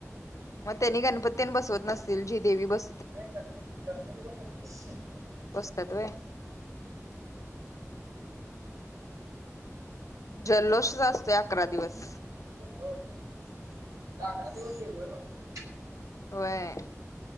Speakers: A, on the left; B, on the right.
A: मग त्यांनी गणपतीनी बसवत नसत जी देवी बसतील.
B: नाही गणपती -गणपती पण बसतोय.
A: बसात्यात व्हय. जल्लोषच असतोय अकरा दिवस.
B: जल्लोष? ते अकरा दिवस वेगळंच असतंय.
A: होय.